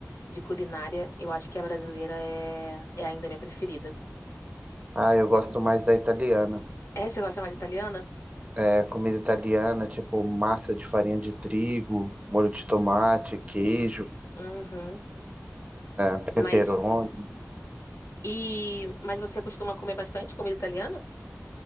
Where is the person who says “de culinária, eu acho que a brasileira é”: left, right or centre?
Left